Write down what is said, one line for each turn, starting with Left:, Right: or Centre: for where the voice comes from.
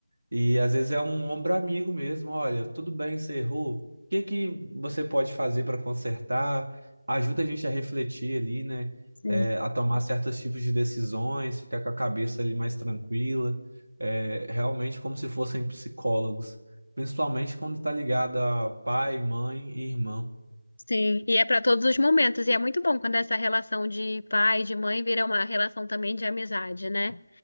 Right: E às vezes é um ombro amigo mesmo. Olha, tudo bem, você errou. O que que você pode fazer para consertar? Ajuda a gente a refletir ali, né?
Left: sim.
Right: É, a tomar certos tipos de decisões, ficar com a cabeça ali mais tranquila. É, realmente como se fossem psicólogos, principalmente quando está ligado a pai, mãe e irmão.
Left: Sim, e é para todos os momentos, e é muito bom quando essa relação de pai e de mãe vira uma relação também de amizade, né?